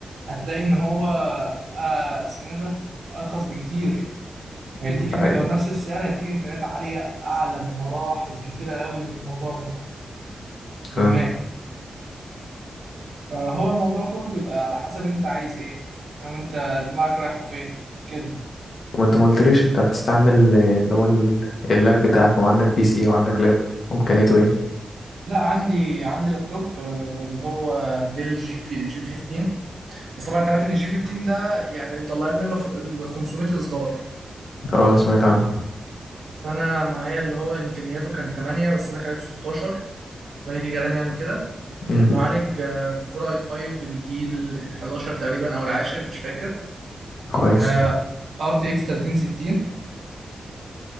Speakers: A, on the right; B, on the left.
A: هتلاقي ان هو آه، اسمه ايه ده ارخص بكتير هيديك
B: ده
A: إم-
B: حقيقة
A: لو نفس السعر هيديك امكانيات عاليه اعلى بمراحل كتيره قوي من الموضوع ده من
B: اه
A: ماك فهو الموضوع كله بيبقى على حسب انت عايز ايه او انت دماغك رايحه فين كده
B: وأنت ما قلتليش أنت بتستعمل آه، اللي هو ال- اللاب بتاعك وعندك بي سي وعندك لاب وإمكانياته إيه؟
A: لا عندي عندي لابتوب آه، اللي هو ديل جي في جي 15 بس طبعا انت عارف ان الجي 15 ده يعني مطلعين منه فوق ال 500 اصدار
B: أه سمعت عنه
A: فانا معايا اللي هو امكانياته كان 8 بس انا خليته 16 8 جيجا رام يعني وكده
B: أمم
A: المعالج آه، كور اي 5 الجيل ال 11 تقريبا او العاشر مش فاكر
B: كويس
A: آه، ار تي اكس 3060